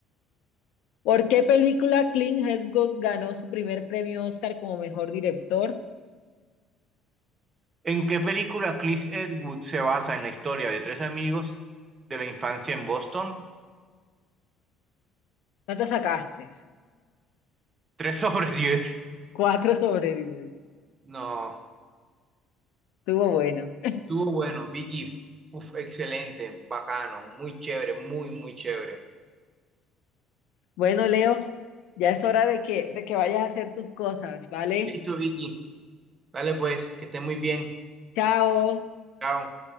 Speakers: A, on the left; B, on the right.
A: ¿Por qué película Clint Eastwood ganó su primer premio Oscar como mejor director?
B: ¿En qué película Clint Eastwood se basa en la historia de tres amigos de la infancia en Boston?
A: ¿Cuánto sacaste?
B: 3 sobre 10.
A: Cuatro sobre diez.
B: No,
A: Estuvo bueno.
B: estuvo bueno, Vicky. Uf, excelente, bacano, muy chévere, muy, muy chévere.
A: Bueno, Leo, ya es hora de que, de que vayas a hacer tus cosas, ¿vale?
B: Listo, Vicky. Dale pues, que esté muy bien.
A: Chao.
B: Chao.